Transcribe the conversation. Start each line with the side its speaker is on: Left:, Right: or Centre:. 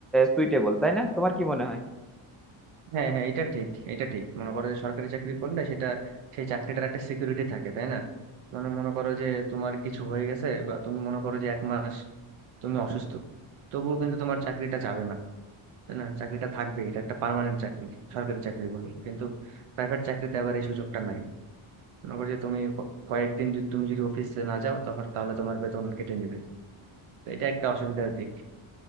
Centre: সুইটেবল তাই না তোমার কি মনে হয়
Right: হ্যাঁ হ্যাঁ এটা ঠিক এটা ঠিক মনে করো যে সরকারি চাকরি করলে সেটা সেই চাকরিটার একটা সিকিউরিটি থাকে তাই না মানে মনে করো যে তোমার কিছু হয়ে গেছে বা তুমি মনে করো যে এক মাস তুমি অসুস্থ তবুও কিন্তু তোমার চাকরিটা যাবে না তাই না চাকরিটা থাকবে এটা একটা পার্মানেন্ট চাকরি সরকারি চাকরি বলে কিন্তু প্রাইভেট চাকরিতে আবার এই সুযোগটা নাই মনে করো যে তুমি ক- কয়েকদিন যদি তুমি যদি অফিসে না যাও তখন তাহলে তোমার বেতন কেটে নিবে তো এটা একটা অসুবিধার দিক